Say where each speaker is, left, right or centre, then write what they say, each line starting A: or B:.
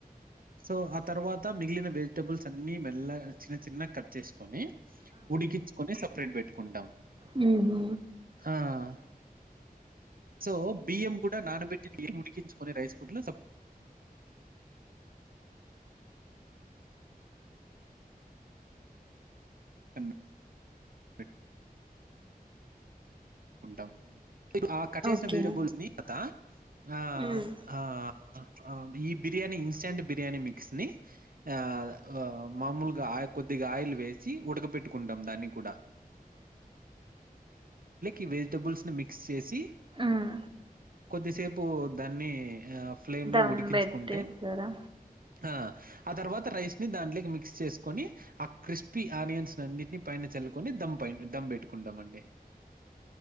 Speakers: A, on the right; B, on the right.
A: సో ఆ తర్వాత మిగిలిన వెజిటబుల్స్ అన్నీ మెల్లగ చినచిన్నగ కట్ చేసుకొనీ, ఉడికించ్చుకొని సపరేట్ పెట్టుకుంటాం.
B: మ్ హూ
A: ఆ! సో బియ్యం గుడా నానబెట్టిన ఉడికిచ్చుకొని రైస్ కుక్ లో సప్ తమ్మ <inaudible> ఉంటాం మీకు ఆ కట్ చేసిన
B: ఓకే
A: వెజిటబుల్స్నీ తర్వాత ఆ
B: ఉమ్
A: ఆ ఆ ఈ బిర్యానీ ఇన్స్టంట్ బిర్యానీ మిక్స్ని ఆ ఆ మామూలుగా ఆయ్ కొద్దిగా ఆయిల్ వేసీ ఉడకపెట్టుకుంటాం దాన్ని కుడా ఇ వెజిటబుల్స్ని మిక్స్ చేసీ
B: ఉమ్
A: కొద్దిసేపూ దాన్నీ ఆ ఫ్లేంలో
B: దమ్
A: ఉడికించుకుంటే
B: పెట్టేస్తారా
A: ఆ ఆతర్వాత రైస్ ని దాంట్లొకి మిక్స్ చేస్కొని ఆ క్రిస్పీ ఆనియన్స్ నన్నిటినీ పైన చల్లుకొని దం పైన దం పెట్టుకు టామండి